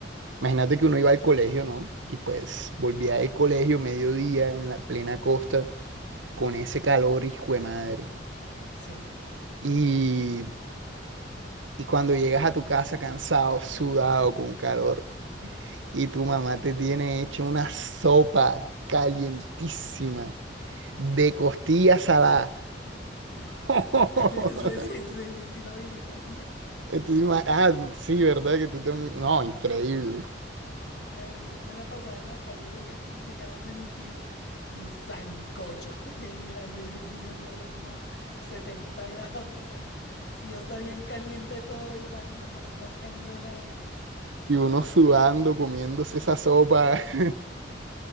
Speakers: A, on the right (about 90°); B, on the left (about 60°).
A: imagínate que uno iba al colegio, ¿no? Y pues volvía del colegio mediodía en la plena costa con ese calor, hijo de madre.
B: Sí,
A: Y, y cuando llegas a tu casa cansado, sudado, con calor, y tu mamá te tiene hecho una sopa calientísima de costillas saladas
B: sí,
A: <laughs>
B: <laughs> sí, sí, sí, sí, sí, lo viví también.
A: Entonces, ima- ah, sí, ¿verdad? Que tú también. No, increíble.
B: Claro, yo me la pasaba en la calle jugando y llegaban de mi tía y un sancocho <laughs> bien grande hirviendo, eso como a 70 grados, o sea, si ya está bien caliente todo y van y le ponen más candela a eso.
A: Y uno sudando, comiéndose esa sopa. <laughs>